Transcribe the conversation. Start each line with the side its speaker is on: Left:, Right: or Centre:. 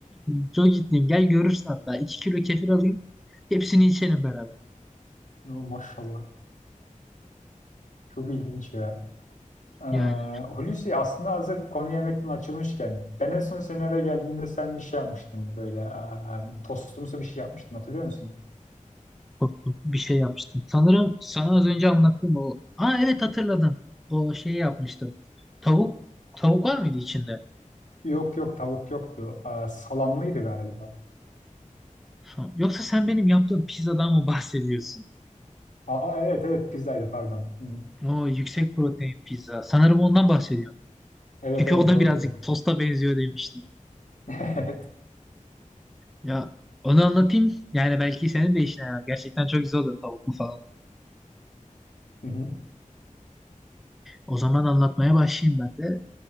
Centre: <laughs> Çok ciddiyim. Gel görürsün hatta. iki kilo kefir alayım. Hepsini içelim beraber.
Left: No, maşallah. Çok ilginç ya. Ee,
Centre: Yani
Left: Hulusi aslında hazır konu yemekten açılmışken ben en son senin eve geldiğinde sen bir şey yapmıştın böyle aa, tostumsu bir şey yapmıştın hatırlıyor musun?
Centre: korktum. Bir şey yapmıştım. Sanırım sana az önce anlattım o. Aa evet hatırladım. O şeyi yapmıştım. Tavuk. Tavuk var mıydı içinde?
Left: Yok yok tavuk yoktu. Aa, salamlıydı galiba.
Centre: Ha, Yoksa sen benim yaptığım pizzadan mı bahsediyorsun?
Left: Aa evet evet pizzaydı pardon. Hı.
Centre: O yüksek protein pizza. Sanırım ondan bahsediyorum.
Left: Evet
Centre: Çünkü
Left: evet
Centre: o da
Left: doğru
Centre: birazcık
Left: oldu.
Centre: tosta benziyor demiştin.
Left: <laughs> Evet.
Centre: Ya onu anlatayım. Yani belki senin de işine yarar. Gerçekten çok güzel oluyor tavuklu falan.
Left: Hı hı.
Centre: O zaman anlatmaya başlayayım ben de.